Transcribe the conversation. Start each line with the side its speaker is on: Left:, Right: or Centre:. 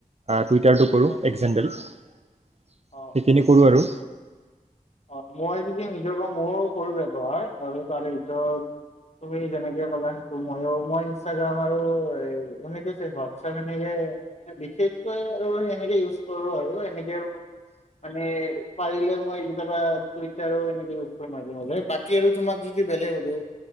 Right: টুইটাৰটো কৰোঁ,
Left: অ
Right: এক্স জেণ্ডেল। সেইখিনি
Left: অ অ
Right: কৰোঁ আৰু
Left: অ', মই যদি নিজৰ পৰা ময়ো কৰোঁ ব্যৱহাৰ আৰু তাৰে ভিতৰত তুমি যেনেকে ক'লা সেইটো মইও মই ইনষ্টাগ্ৰাম আৰু মানে কি হৈছে হোৱাটছএপ এনেকে বিশেষকৈ আৰু এনেকে ইউজ কৰোঁ আৰু এনেকে আৰু মানে পাৰিলে মই বা টুইটাৰো উইজ কৰোঁ মাজে মাজে বাকী আৰু তোমাক যদি বেলেগ শুধো